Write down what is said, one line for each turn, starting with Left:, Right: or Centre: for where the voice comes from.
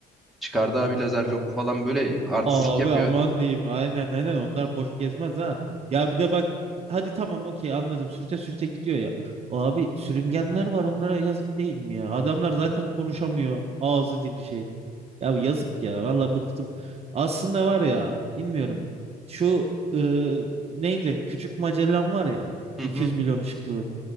Centre: Çıkardı abi lazer jobu falan böyle artistik
Right: Abi
Centre: yapıyor.
Right: aman diyeyim. Aynen aynen onlar boş gezmez ha. Ya bir de bak hadi tamam okey anladım. Sürte sürte gidiyor ya. Abi sürüngenler var onlara yazık değil mi ya? Adamlar zaten konuşamıyor. Ağzı dili şey. Ya yazık ya valla bıktım. Aslında var ya bilmiyorum. Şu e, neydi? Küçük Magellan var ya.
Centre: Hı
Right: 200
Centre: hı.
Right: milyon ışık yılı.